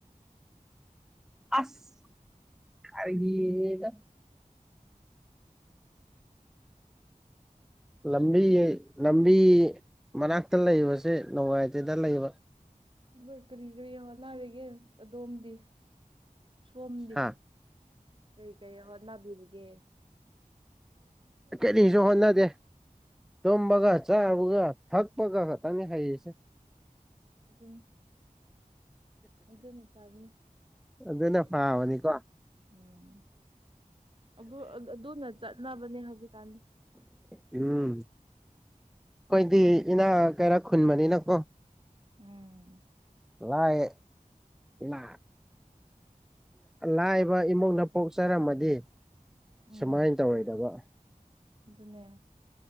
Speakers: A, in the centre; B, on the right (about 40°).
A: ꯑꯁ ꯈꯔꯒꯤ ꯌꯦꯗ ꯂꯝꯕꯤ ꯂꯝꯕꯤ ꯃꯅꯥꯛꯇ ꯂꯩꯕꯁꯦ ꯅꯣꯡꯉꯥꯏꯇꯦꯗ ꯂꯩꯕ
B: ꯍꯣꯏ ꯀꯔꯤ ꯀꯔꯤ ꯍꯣꯠꯅꯔꯤꯒꯦ ꯑꯗꯣꯝꯗꯤ ꯁꯣꯝꯗꯤ
A: ꯍꯥ
B: ꯀꯩ ꯀꯔꯤ ꯍꯣꯠꯅꯕꯤꯕꯒꯦ ꯎꯝ ꯎꯝ
A: ꯀꯔꯤꯁꯨ ꯍꯣꯅ ꯗꯦ ꯇꯨꯝꯕꯒ ꯆꯥꯕꯒ ꯊꯛꯄꯒ ꯈꯛꯇꯪꯅꯤ ꯍꯩꯁꯦ
B: ꯑꯗꯨꯅꯤ ꯑꯗꯨꯅꯄꯥ ꯑꯗꯨ
A: ꯑꯗꯨꯅ
B: ꯎꯝ <unintelligible>
A: ꯐꯥꯕꯅꯤꯀꯣ
B: ꯑꯗꯨ ꯑꯗꯨꯅ ꯆꯠꯅꯕꯅꯦ ꯍꯧꯖꯤꯛꯀꯥꯟ
A: ꯎꯝ ꯑꯩꯈꯣꯏꯗꯤ ꯏꯅꯥ ꯀꯔꯥ ꯈꯨꯟꯕꯅꯤꯅꯀꯣ
B: ꯎꯝ
A: ꯂꯥꯏꯌꯦ ꯂ ꯂꯥꯏꯕ ꯏꯃꯨꯡꯅ ꯄꯣꯛꯆꯔꯝꯃꯗꯤ
B: ꯎꯝ
A: ꯁꯨꯃꯥꯏꯅ ꯇꯧꯔꯣꯏꯗꯕ
B: ꯑꯗꯨꯅꯦ